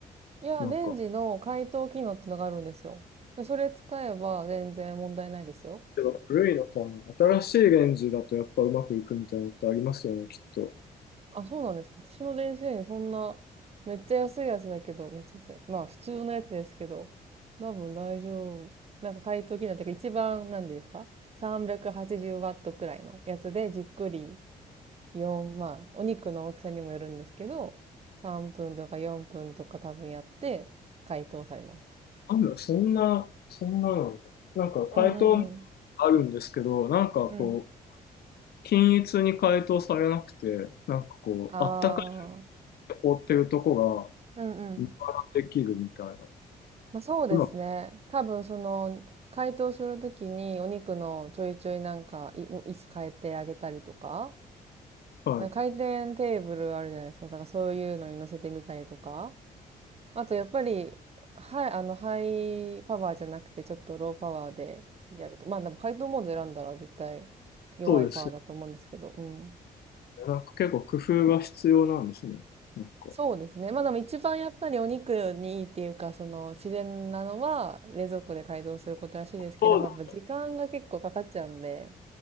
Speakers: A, on the right; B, on the left.
A: いや、
B: なんか。
A: レンジの解凍機能ってのがあるんですよ。でそれ使えば全然問題ないですよ。
B: でも古いのかな新しいレンジだとやっぱうまくいくみたいなのってありますよね、きっと。
A: あ、そうなんですか。私の電子レンジそんな、めっちゃ安いやつだけど、めっちゃ安い。まあ普通のやつですけど、多分大丈夫。なんか解凍機能ってか一番、なんですか ?380 ワットくらいのやつでじっくり4、まあお肉の大きさにもよるんですけど、3分とか4分とか多分やって解凍されます。
B: あんだ、そんな、そんななんだ。なんか解凍も
A: うんうん
B: あるんですけど、なんかこう、
A: うん。うん。
B: 均一に解凍されなくて、なんかこう、
A: ああ。
B: あったかいと凍ってるとこが、
A: うんうん。
B: 無駄できるみたいな。
A: まあ、そうですね。
B: うま
A: 多分その、解凍するときにお肉のちょいちょいなんか、い、位置変えてあげたりとか、
B: く、はい。
A: なんか回転テーブルあるじゃないですか。だからそういうのに乗せてみたりとか。あとやっぱり、はい、あの、ハイパワーじゃなくてちょっとローパワーでやると。まあでも解凍モード選んだら絶対弱いパワーだと思うんですけど。
B: そうですよ
A: うん。
B: ね。なんか結構工夫が必要なんですね。なんか。
A: そうですね。まあでも一番やっぱりお肉にいいっていうか、その自然なのは冷蔵庫で解凍することらしいですけども、
B: そうだ
A: やっぱ時間が結構かかっちゃうんで、